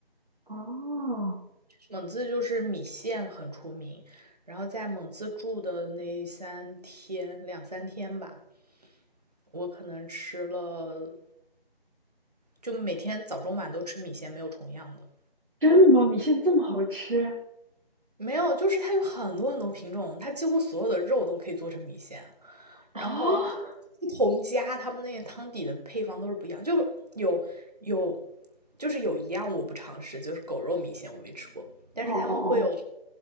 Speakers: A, on the right (about 55°); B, on the right (about 40°).
A: 哦，
B: 蒙自就是米线很出名，然后在蒙自住的那三天两三天吧，我可能吃了，就每天早中晚都吃米线，没有重样的。
A: 真的吗？米线这么好吃？
B: 没有，就是它有很多很多品种，它几乎所有的肉都可以做成米线。然后
A: 哦，
B: 不同家他们那个汤底的配方都是不一样，就有有就是有一样我不尝试，就是狗肉米线我没吃过，但是他们会有
A: 哦哦哦，